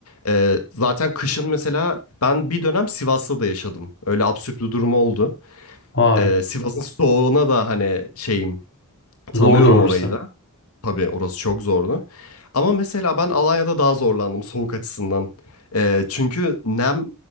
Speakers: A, on the left (about 80°); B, on the left (about 60°).
A: Ee, zaten kışın mesela ben bir dönem Sivas'ta da yaşadım. Öyle absürt bir durum oldu.
B: Vay.
A: Ee, Sivas'ın soğuğuna da hani şeyim tanıyorum
B: Zordur orası.
A: orayı da. Tabii orası çok zordu. Ama mesela ben Alanya'da daha zorlandım soğuk açısından. Ee, çünkü nem